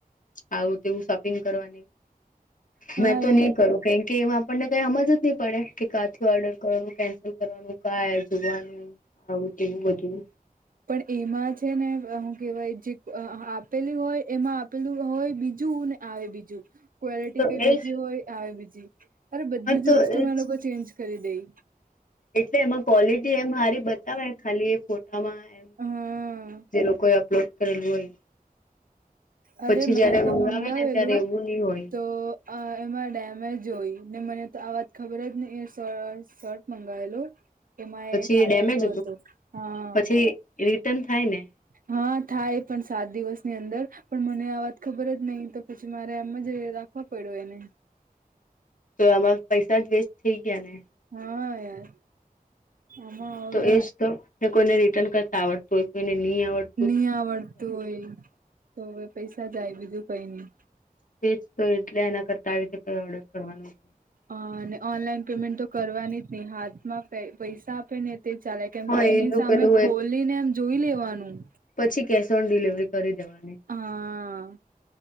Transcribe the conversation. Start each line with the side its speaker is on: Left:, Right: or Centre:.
Left: આવું તેવું શોપિંગ કરવાની.
Right: હા
Left: મેં તો ની
Right: એ
Left: કરું કેમ કે એમાં આપણને કઈ હમજ જ નઈ પડે કે કાથી ઓર્ડર કરવાનું કેન્સલ કરવાનું કા જોવાનું આવું તેવું બધું.
Right: પણ એમાં છે ને હું કેવાય જે અ આપેલી હોય એમાં આપેલું હોય બીજું ને. આવે બીજું ક્વોલિટી
Left: તો
Right: કઈ બીજી
Left: એજ
Right: હોય આવે બીજી અરે બધી
Left: હા તો
Right: જ વસ્તુમાં
Left: એજ
Right: એ લોકો ચેન્જ કરી દેઈ.
Left: એટલે એમાં ક્વોલિટી એમ હારી બતાવે એમ ખાલી. ફોટામાં એમ
Right: હા
Left: જે લોકોએ અપલોડ કરેલું હોય.
Right: અરે
Left: પછી
Right: મેં
Left: જયારે
Right: તો
Left: મંગાવે
Right: મંગાવેલું
Left: ને ત્યારે એવું નહી હોય
Right: તો અ એમાં ડેમેજ હોય ને મને તો આ વાત ખબર જ ની એ શ શર્ટ મંગાયેલો. એમાં
Left: પછી
Right: એ ફાટેલું
Left: ડેમેજ
Right: હતું હા.
Left: પછી એ રિટર્ન થાય ને.
Right: હ, થાય પણ સાત દિવસની અંદર પણ મને આ વાત ખબર જ નઈ તો પછી મારે એમજ રેરા કો પડું એને
Left: તો આમાં પૈસા જ વેસ્ટ થઇ ગયા ને.
Right: હા યાર. આમાં
Left: તો
Right: થાય
Left: એજ તો કોઈને રિટર્ન કરતા આવડતુ હોય કોઈને ની આવડ
Right: ની આવરતું હોય તો હવે પૈસા જાય બીજુ કઈની.
Left: તેજ તો એટલે એના કરતા આવી રીતે કઈ ઓર્ડર કરવાનું
Right: અ અને ઓનલાઈન પેમેન્ટ તો કરવાની જ ની હાથમાં પૈ પૈસા આપે ને તે ચાલે કેમ
Left: હા
Right: કે એની
Left: એનું
Right: સામે
Left: પેલું
Right: ખોલીને
Left: એક
Right: એમ જોઈ લેવાનું.
Left: પછી કેશ ઓન ડિલિવરી કરી દેવાની.
Right: હા,